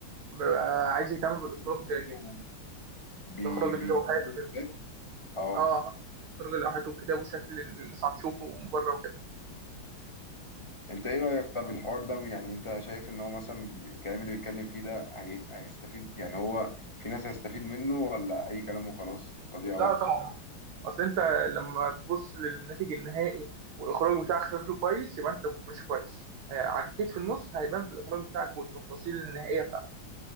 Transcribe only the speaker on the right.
ببقى
عايز يهتم بالاخراج
جدا
باخراج
اللوحات
كده
اه اخراج اللوحات والكتاب وشكل الناس هتشوفه من بره وكده
لا
طبعا اصل انت لما تبص للناتج النهائي والاخراج بتاعك شكله كويس يبقى انت كنت ماشي كويس آه، عكيت في النص هيبان في الاخراج بتاعك والتفاصيل النهائية بتاعتك